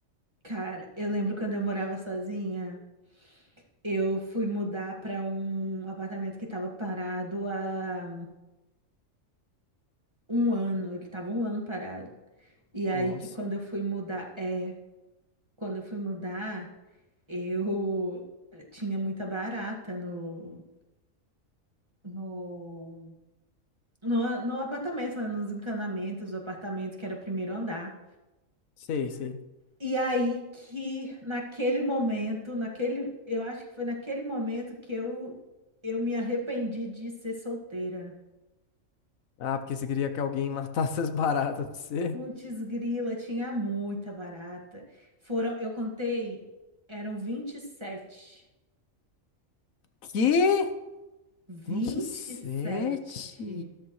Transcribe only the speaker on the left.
Nossa.
Sei, sei.
Ah, porque você queria que alguém <laughs> matasse as baratas pra você?
Que?
27?